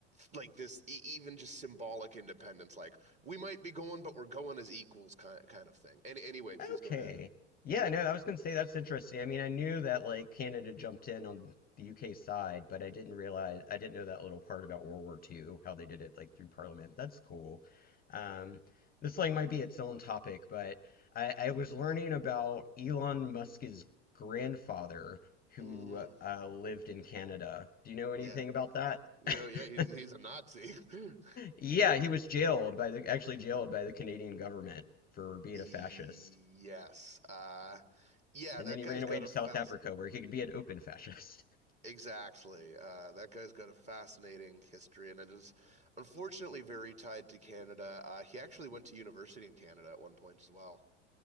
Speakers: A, on the right; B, on the left.
A: like this e- even just symbolic independence, like, we might be going, but we're going as equals kind kind of thing. And anyway, please
B: Okay.
A: go ahead.
B: Yeah, no, I was gonna say that's interesting. I mean, I knew that like Canada jumped in on the UK side, but I didn't realize I didn't know that little part about World War II, how they did it like through Parliament. That's cool. Um, this like might be its own topic, but I, I was learning about Elon Musk's grandfather who
A: Mm,
B: uh, uh, lived in Canada. Do you know anything
A: yeah,
B: about that?
A: you
B: <laughs>
A: know, yeah, he's he's a Nazi. <laughs>
B: Yeah, he was jailed by the actually jailed by the Canadian government for being
A: yes,
B: a fascist.
A: uh, yeah,
B: And
A: that
B: then he
A: guy's
B: ran away
A: got
B: to
A: a
B: South
A: fast.
B: Africa where he could be an open fascist. <laughs>
A: Exactly. Uh, that guy's got a fascinating history, and it is unfortunately very tied to Canada. Uh, he actually went to university in Canada at one point as well.